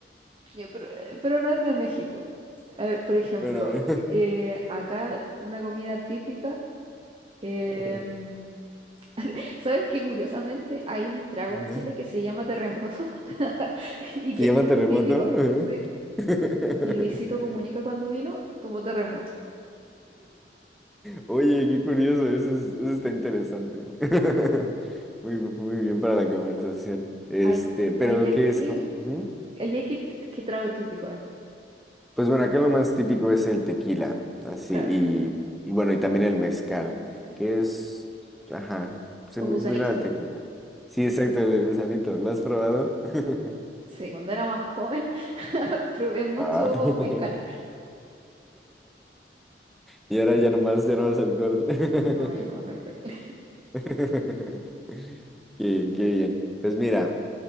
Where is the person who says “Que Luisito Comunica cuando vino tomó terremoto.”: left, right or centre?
Right